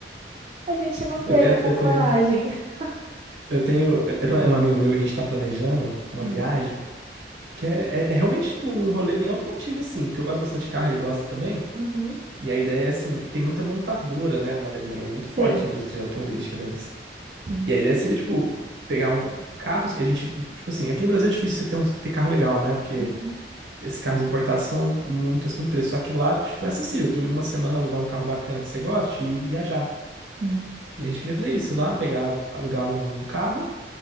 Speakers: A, on the right; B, on the right.
A: A gente não teve
B: Eu tenho,
A: essa
B: eu
A: coragem.
B: tenho,
A: <laughs>
B: Eu tenho eu tenho um amigo meu que a gente tá planejando uma
A: Hum.
B: viagem, que é, é, é realmente tipo um rolê bem automotivo, assim, porque eu gosto bastante de carro, ele gosta também.
A: Uhum.
B: E a ideia é assim, tem muita montadora, né, na Alemanha, é muito forte
A: Tem,
B: a indústria automobilística deles.
A: sim.
B: E a ideia seria, tipo, pegar um, carros que a gente. Tipo assim, aqui no Brasil é difícil você ter, um, ter carro legal, né? Porque
A: Uhum,
B: esses carros importados são muito acima do preço. Só que lá, tipo, é acessível. Tu, em uma semana alugar um carro bacana que você goste e viajar.
A: sim.
B: E a gente queria fazer isso, ir lá, pegar, alugar um carro